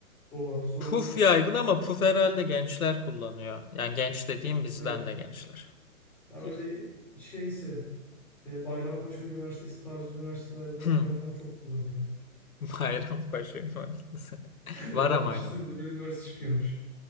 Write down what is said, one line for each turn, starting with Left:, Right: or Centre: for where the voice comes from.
Centre: o var. Sonra
Left: Puf yaygın ama puf herhalde gençler kullanıyor. Yani genç dediğim bizden
Centre: evet.
Left: de gençler.
Centre: Ya öyle
Left: Puf.
Centre: şeyse e, Bayrampaşa Üniversitesi tarzı üniversitelerde okuyanlar
Left: <laughs>
Centre: çok kullanıyor.
Left: Bayrampaşa Üniversitesi.
Centre: <laughs> Vallahi
Left: Var ama
Centre: Düşünsene
Left: aynı.
Centre: bir de böyle üniversite çıkıyormuş.